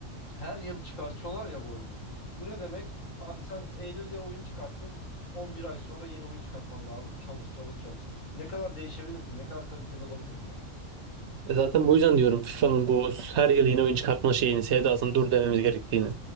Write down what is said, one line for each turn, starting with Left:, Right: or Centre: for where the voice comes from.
Left: Her yıl çıkartıyorlar ya bu oyunu. Bu ne demek? Abi sen Eylül'de oyun çıkarttın. 11 ay sonra yeni oyun çıkartman lazım. Çalış çalış çalış. Ne kadar değişebilir ki? Ne kadar kaliteli olabilir ki?
Right: E Zaten bu yüzden diyorum FIFA'nın bu her yıl yeni oyun çıkartma şeyini, sevdasını dur dememiz gerektiğini.